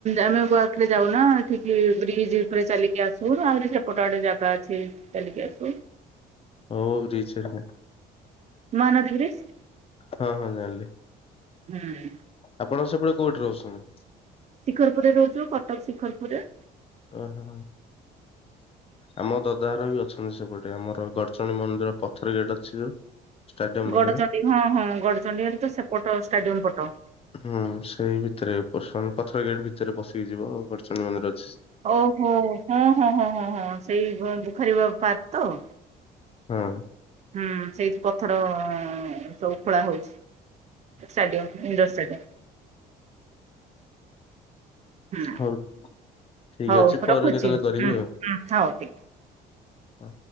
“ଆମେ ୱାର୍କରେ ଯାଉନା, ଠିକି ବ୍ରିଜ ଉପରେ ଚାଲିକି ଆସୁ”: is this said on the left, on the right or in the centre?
Right